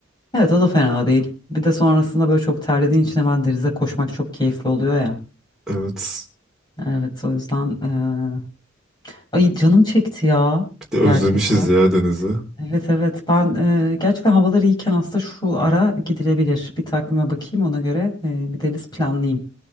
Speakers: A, on the left; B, in the centre.
A: evet o da fena değil. Bir de sonrasında böyle çok terlediğin için hemen denize koşmak çok keyifli oluyor ya.
B: Evet.
A: Evet o yüzden. ee, Ay canım çekti ya
B: Bir
A: gerçekten.
B: de özlemişiz ya denizi.
A: Evet evet ben e, gerçekten havalar iyiyken aslında şu ara gidilebilir. Bir takvime bakayım ona göre e, bir deniz planlayayım.